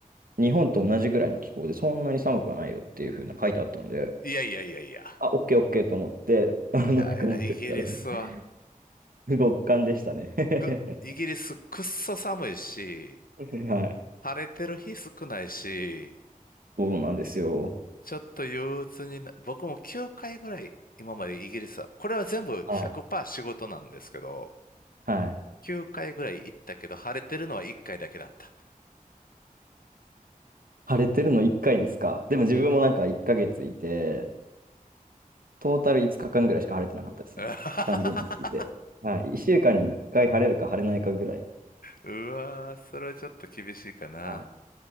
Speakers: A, on the right (about 75°); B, on the left (about 80°).
A: 日本と同じぐらいの気候で、そんなに寒くはないよっていう風な書いてあったので、
B: いやいやいやいや。
A: あ、オッケーオッケーと思って、あの服持ってったら、
B: いやいや、イギリスは
A: <laughs> 極寒でしたね。<laughs>
B: く、イギリスくっそ寒いし、
A: はい。
B: 晴れてる日少ないし、
A: そうなんですよ。
B: ちょっと憂鬱にな、僕も9回ぐらい今までイギリスは、これは全部100%
A: はい。
B: 仕事なんですけど、
A: はい。
B: 9回ぐらい行ったけど、晴れてるのは1回だけだった。
A: 晴れてるの1回ですか。でも自分もなんか1ヶ月いて、
B: うん。
A: トータル5日間ぐらいしか晴れてなかったですね。
B: <laughs>
A: 30日いて。はい。1週間に1回晴れるか晴れないかぐらい。
B: うわー、それはちょっと厳しいかな。
A: はい。